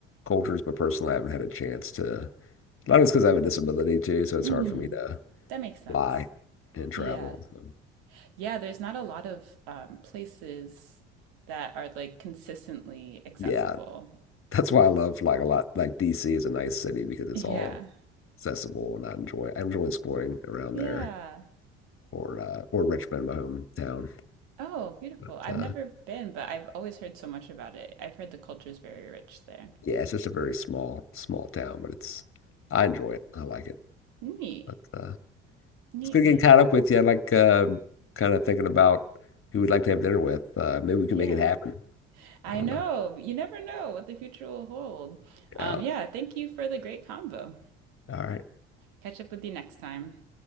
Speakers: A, on the left; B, on the right.
A: cultures, but personally, I haven't had a chance to. Long as because I have a disability too, so it's
B: Mm.
A: hard for me to
B: That makes sense.
A: fly and travel.
B: Yeah.
A: So,
B: Yeah, there's not a lot of um, places that are like consistently accessible.
A: yeah, that's why I love like a lot. Like DC is a nice city because it's
B: Yeah.
A: all accessible, and I enjoy I enjoy exploring around
B: Yeah.
A: there or uh, or Richmond, my hometown.
B: Oh, beautiful.
A: But
B: I've
A: uh,
B: never been, but I've always heard so much about it. I've heard the culture is very rich there.
A: yeah, it's just a very small small town, but it's I enjoy it. I like it.
B: Neat.
A: But uh,
B: Neat,
A: it's good
B: neat.
A: getting caught up with you. I like uh, kind of thinking about who we'd like to have dinner with. Uh, maybe we can
B: Yeah.
A: make it happen.
B: I
A: I don't
B: know.
A: know.
B: You never know what the future will hold. Um,
A: Yeah.
B: yeah, thank you for the great convo.
A: All right.
B: Catch up with you next time.